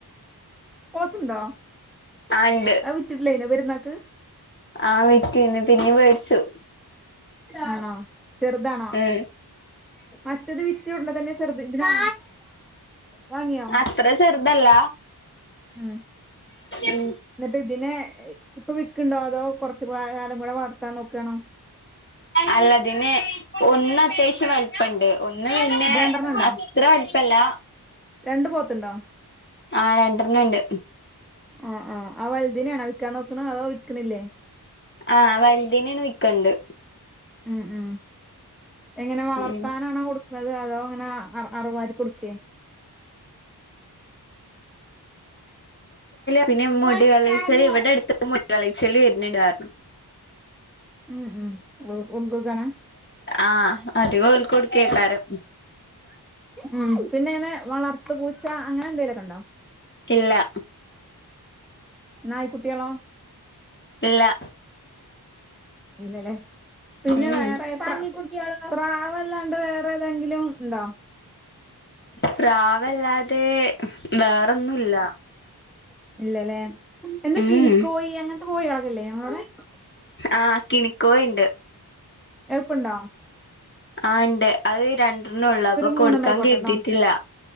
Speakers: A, in the centre; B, on the left.
A: പോത്തിണ്ടോ
B: ആണ്ട്
A: ആ വിറ്റിട്ടില്ലേ അയിനെ വെരുന്നാക്ക്
B: ആ വിറ്റ് പിന്നേം വേടിച്ചു
A: ആണോ ചെറുതാണോ
B: ഉം
A: മറ്റത് വിറ്റ് ഉടനെ തന്നെ ചെറുത് ഇതിനെ വാങ്ങിയോ
B: അത്ര ചെറുതല്ല
A: ഉം
B: ഉം
A: എന്നിട്ട് ഇതിനെ ഇപ്പൊ വിക്ക്ണ്ടോ അതോ കൊറച്ചു കാലം കൂടെ വളർത്താൻ നോക്കാണോ
B: അല്ല ഇതിന് ഒന്ന് അത്യാവശ്യ വലിപ്പണ്ട് ഒന്ന് പിന്നെ
A: അപ്പൊ രണ്ടെണ്ണം ഉണ്ടോ
B: അത്ര വലിപ്പല്ല
A: രണ്ട് പോത്ത് ഇണ്ടോ
B: ആഹ് രണ്ടെണ്ണം ഇണ്ട്
A: ആഹ് ആഹ് ആ വൽതിനെണോ വിക്കാൻ നോക്കണ് അതോ വിക്ക്ണില്ലേ
B: ആ വൽതിനെ വിക്കണ്ട്
A: ഉം ഉം എങ്ങനെ വളർത്താനാണോ
B: ഉം
A: കൊടുക്കണ്ട് അത് അതവാങ്ങനെ അറവാര്ക്ക് കൊടുക്കെ
B: പിന്നെ മുടി
A: വട്ടാനെ
B: കളീച്ചല് ഇവിടെ അടുത്ത് മുടി കളീച്ചല് വര്ന്ന്ണ്ട് പറഞ്ഞു
A: ഉം ഉം ഓല്ക്ക് കൊണ്ടൊട്ക്കാനാ
B: ആഹ് അധികം ഓൽക്ക് കൊടുക്കേക്കാരം
A: ഉം പിന്നെ ഇങ്ങനെ വളർത്ത് പൂച്ച അങ്ങനെ എന്തെലൊക്കെ ഇണ്ടോ
B: ഇല്ല
A: നായി കുട്ടികളോ
B: ഇല്ല
A: ഇല്ലല്ലേ പിന്നെ
B: ഉം
A: വേറെ പ്ര പ്രാവ് അതല്ലാണ്ട് വേറെ ഏതെങ്കിലും ഇണ്ടോ
B: പ്രാവല്ലാതെ വേറെന്നും ഇല്ല
A: ഇല്ലല്ലേ എന്താ
B: ഉം
A: കിനിക്കോയി അങ്ങനത്തെ കോയാളൊക്കെ ല്ലേ ഞങ്ങളോടെ
B: ആഹ് കിണിക്കോയിണ്ട്
A: എൾപ്പണ്ടോ
B: ആഇണ്ട് അത് രണ്ടെണ്ണ ഉള്ളൂ അപ്പൊകൊടുക്കാൻ
A: മൂന്നെണ്ണം ആയിക്കോട്ടെട്ടോ
B: കെരുതിട്ടില്ല